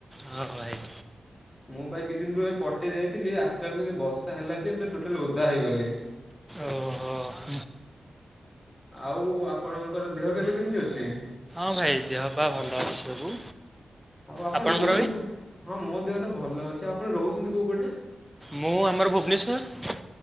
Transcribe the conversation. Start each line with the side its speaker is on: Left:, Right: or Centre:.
Centre: ହଁ ଭାଇ।
Left: ମୁଁ ପା ଏଇ କିଛି ଦିନ ପୂର୍ବେରେ ଏ ପଟେ ଯାଇଥିଲି ଆସିଲା ବେଳକୁ ବଷା ହେଲା ଯେ ପୁରା ଟୋଟାଲ ଓଦା ହେଇଗଲି।
Centre: ଓହୋ।
Left: ଆଉ ଆପଣଙ୍କର ଦେହ କେବେ କେମିତି ଅଛି?
Centre: ହଁ ଭାଇ ଦେହ ପା ଭଲ ଅଛି ସବୁ।
Left: ଆଉ ଆପଣ
Centre: ଆପଣଙ୍କର
Left: ରୋହୁଛନ୍ତି
Centre: ଭାଇ?
Left: କୋଉ ହଁ ମୋ ଦେହତ ଭଲ ଅଛି ଆପଣ ରୋହୁଛନ୍ତି କୋଉ ପଟେ?
Centre: ମୁଁ ଆମର ଭୁବନେଶ୍ୱର।